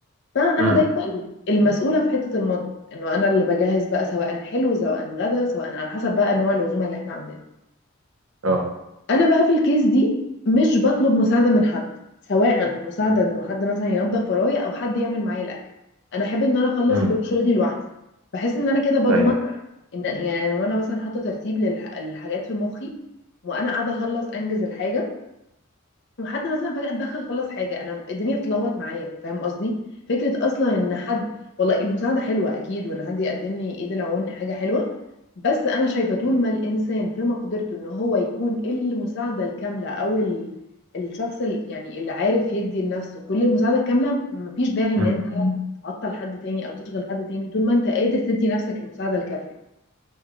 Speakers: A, on the left; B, on the right.
A: فانا
B: امم
A: دايما المسؤولة في حتة المطبخ انه انا اللي بجهز بقى سواء حلو سواء غدا سواء على حسب بقى نوع العزومة اللي احنا عاملينها
B: اه
A: انا بقى في الكيس دي مش بطلب مساعده من حد سواء مساعده
B: مم.
A: انه حد مثلا ينظف ورايا او حد يعمل معايا الاكل انا احب ان انا اخلص
B: امم
A: كل شغلي لوحدي بحس ان انا كده بضمن
B: ايوه
A: ان يعني لو انا مثلا حاطه ترتيب للح- للحاجات في مخي وانا قاعده اخلص انجز الحاجه وحد مثلا فجأة اتدخل خلص حاجة انا الدنيا بتلخبط معايا فاهم قصدي فكرة اصلا ان حد والله المساعدة حلوة اكيد وان حد يقدم لي ايد العون حاجة حلوة بس انا شايفة طول ما الانسان في مقدرته ان هو يكون المساعدة الكاملة او ال... الشخص اللي يعني اللي عارف يدي لنفسه كل المساعدة الكاملة مفيش داعي ان
B: امم
A: انت مم. تعطل حد تاني او تشغل حد تاني طول ما انت قادر تدي نفسك المساعدة الكافية